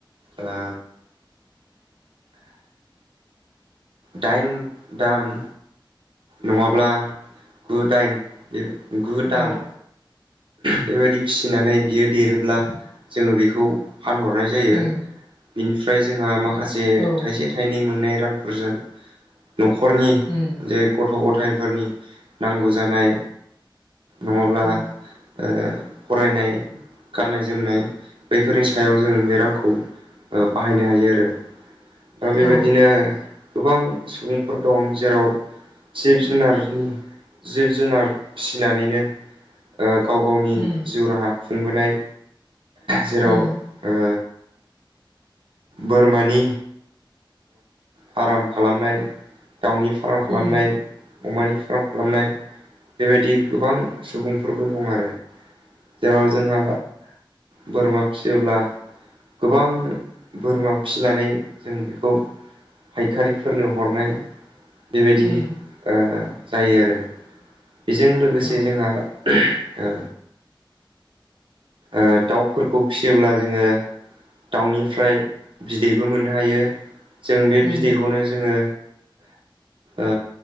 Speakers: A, on the right; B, on the left.
A: आ दाइन दान नङाब्ला गु दाइन गु दान
B: औ
A: बेबायदि फिसिनानै बियो देरोब्ला जोङो बेखौ फानहरनाय जायो
B: उम
A: बिनिफ्राय जोंहा माखासे
B: औ
A: थाइसे थाइनै मोननाय रांफोरजों न'खरनि
B: उम
A: जे गथ' गथायफोरनि नांगौ जानाय नङाब्ला
B: उम
A: ओ फरायनाय गाननाय जोमनाय बैफोरनि सायाव जों बे रांखौ ओ बाहायनो हायो आरो ओ बेबायदिनो
B: औ
A: गोबां सुबुंफोर दं जेराव जिब जुनारनि जिब जुनार फिसिनानैनो ओ गाव गावनि
B: उम
A: जिउ राहा खुंबोनाय जेराव
B: उम
A: ओ बोरमानि फार्म खालामनाय दाउनि फार्म खालामनाय
B: उम
A: अमानि फार्म खालामनाय बेबायदि गोबां सुबुंफोरबो दं आरो जेराव जोंहा बोरमा फिसियोब्ला गोबां बोरमा फिनानै जों बेखौ फायखारिफोरनो हरनाय बेबायदि
B: उम
A: ओ जायो आरो बेजों लोगोसे
B: औ
A: जोंहा ओ ओ दाउफोरखौ फिसियोब्ला जोङो दाउनिफ्राय बिदैबो मोननो हायो जों बे
B: उम
A: बिदैखौनो जोङो ओ